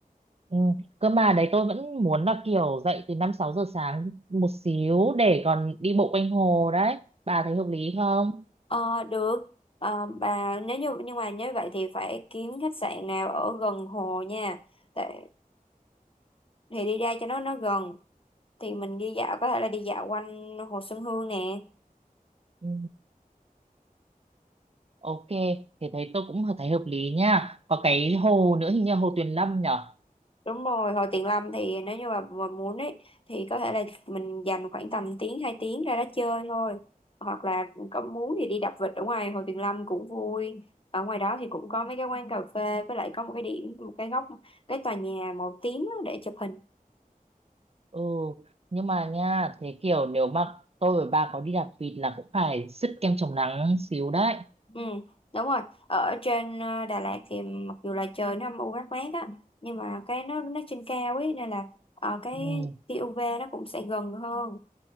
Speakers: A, on the right; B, on the left.
A: Ừ. Cơ mà đấy tôi vẫn muốn là kiểu dậy từ 5 6 giờ sáng một xíu để còn đi bộ quanh hồ đấy. Bà thấy hợp lý không?
B: Ờ, được Ờ, bà nếu như nhưng mà nếu vậy thì phải kiếm khách sạn nào ở gần hồ nha Tại, thì đi ra cho nó nó gần thì mình đi dạo có thể là đi dạo quanh hồ Xuân Hương nè
A: Ừ. Ok, thế thấy tôi cũng thấy hợp lý nha. Có cái hồ nữa hình như là hồ Tuyền Lâm nhở?
B: Đúng rồi, hồi tiền lâm thì nếu như mà, mà muốn ấy thì có thể là mình dành khoảng tầm tiếng 2 tiếng ra đó chơi thôi. Hoặc là có muốn thì đi đạp vịt ở ngoài hồ Tuyền Lâm cũng vui. Ở ngoài đó thì cũng có mấy cái quán cà phê với lại có một cái điểm một cái góc cái tòa nhà màu tím á để chụp hình.
A: Ừ, nhưng mà nha, thế kiểu nếu mà tôi và bà có đi đạp vịt là cũng phải sứt kem chống nắng xíu đấy.
B: Ừ, đúng rồi. Ở trên ờ, Đà Lạt thì mặc dù là trời nó âm u mát mát á nhưng mà cái nó nó trên cao ấy nên là ờ, cái
A: Ừ.
B: tia UV nó cũng sẽ gần hơn.